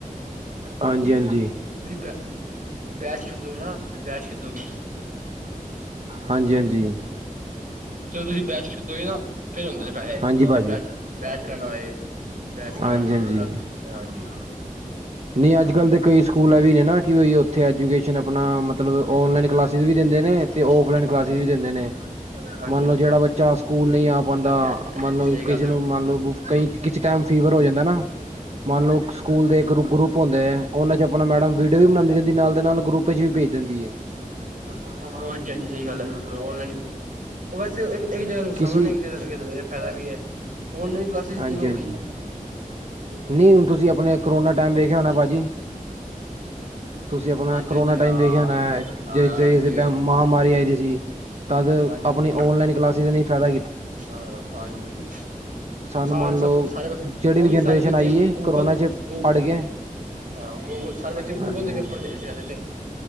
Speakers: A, on the right (about 50°); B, on the right (about 70°).
A: ਹਾਂਜੀ ਹਾਂਜੀ
B: <unintelligible> ਤੁ ਬੈਚ ਖਰੀਦੋਗੇ ਨਾ ਤੁ ਬੈਚ ਖਰੀਦੋਗੇ।
A: ਹਾਂਜੀ ਹਾਂਜੀ
B: ਚਲੋ ਤੁਸੀਂ ਬੈਚ ਛੱਦੋਗੇ ਨਾ। ਫਿਰ ਹੁੰਦੇ ਨੇ ਪੈਸੇ
A: ਹਾਂਜੀ
B: ਜੇ ਤੁਸੀਂ
A: ਭਾਜੀ
B: ਬੈਚ ਬੈਚ ਲੈਣਾ ਹੋਏ। ਬੈਚ ਲੈਣਾ
A: ਹਾਂਜੀ
B: ਤੁਸੀਂ
A: ਹਾਂਜੀ
B: ਤਾਂ ਹਾਂਜੀ
A: ਨਹੀਂ ਅੱਜ
B: ਹਾਂਜੀ
A: ਕੱਲ ਦੇ ਕਈ ਸਕੂਲ ਐ ਵੀ ਨੇ ਨਾ ਕੀ ਹੋਈ ਉੱਥੇ ਐਜੂਕੇਸ਼ਨ ਆਪਣਾ ਮਤਲਬ ਓਨਲਾਈਨ ਕਲਾਸਿਸ ਵੀ ਦਿੰਦੇ ਨੇ ਤੇ
B: ਹਾਂਜੀ
A: ਫਲਾਈਨ ਕਲਾਸਿਸ ਵੀ
B: ਹਾਂਜੀ
A: ਦਿੰਦੇ ਨੇ
B: ਹਾਂਜੀ
A: ਮੰਨ
B: ਹਾਂਜੀ
A: ਲਓ ਜਿਹੜਾ ਬੱਚਾ ਸਕੂਲ ਨਹੀਂ ਆ ਪਾਉਂਦਾ
B: ਹਾਂਜੀ ਹਾਂਜੀ
A: ਮਨਲਬ
B: ਸਹੀ ਗੱਲ
A: ਕਿਸੇ
B: ਹੈ
A: ਨੂੰ ਮੰਨ ਲਓ ਕਈ ਟਾਈਮ ਫੀਵਰ ਹੋ ਜਾਂਦਾ ਨਾ ਮੰਨ ਲਓ ਸਕੂਲ ਦੇ ਇੱਕ ਗਰੁੱਪ ਹੁੰਦੇ ਹੈ ਉਹਨਾਂ ਚ ਆਪਣਾ ਮੈਡਮ ਵੀਡੀਓ ਵੀ ਬਣਾਉਂਦੇ ਰਹਿੰਦੀ ਨਾਲ ਦੇ ਨਾਲ ਗਰੁੱਪ ਚ ਵੀ ਭੇਜ ਦਿੰਦੀ ਹੈ।
B: ਹਾਂਜੀ ਹਾਂਜੀ ਸਹੀ ਗੱਲ ਹੈ ਬਿਲਕੁਲ ਔਨਲਾਈਨ ਉਹ ਬੈਸੇ ਇਹ ਇੱਕ ਜਗ੍ਹਾ ਨੁਕਸਾਨ
A: ਕਿਸੀ
B: ਹੈ ਜਗਾ ਫਾਇਦਾ ਵੀ ਹੈ। ਔਨਲਾਈਨ ਕਲਾਸਿਸ
A: ਹਾਂਜੀ
B: ਜਿਵੇਂ ਹੋ
A: ਹਾਂਜੀ
B: ਗਈ
A: ਨਹੀਂ ਹੁਣ ਤੁਸੀਂ ਆਪਣੇਕਰੋਨਾ ਟਮ ਵੇਖਿਆ ਹੋਣਾ ਭਾਜੀ। ਤੁਸੀਂ ਆਪਣਾ
B: ਹਾਂਜੀ
A: ਕਰੋਨਾ
B: ਹਾਂਜੀ ਹਾਂ
A: ਟਾਈਮ ਵੇਖਿਆ ਹੋਣਾ ਹੈ
B: ਹਾਂ
A: ਜੇ ਜੇ
B: ਜਿਵੇਂ
A: ਮਹਾਂਮਾਰੀ ਆਈ ਦੀ ਸੀ ਤਦ
B: ਹਾਂਜੀ
A: ਆਪਣੀ
B: ਬਹੁਤ
A: ਔਨਲਾਈਨ ਕਲਾਸਿਸ ਨੇ ਸਦਾ।
B: ਹਾਂ ਹਾਂਜੀ।
A: ਸਾਨੂੰ
B: ਸਾਲ
A: ਮੰਨ
B: ਸਭ
A: ਲਓ
B: ਸਾਰੇ
A: ਜਿਹੜੀ
B: ਉਹੀ
A: ਵੀ ਜਨਰੇਸ਼ਨ
B: ਸਾਲ ਵਿੱਚ
A: ਆਈ ਹੈ
B: ਗੂਗਲ
A: ਕਰੋਨਾ ਚ
B: ਗੂੂ
A: ਪੜ ਗਿਆ।
B: ਹਾਂ ਗੂਗਲ ਸਾਰੇ ਵਿੱਚੇ ਗੂਗਲ
A: ਹਾਂਜੀ
B: ਦੇ ਪੇਪਰ ਦੇ ਸੀੇ ਤੇ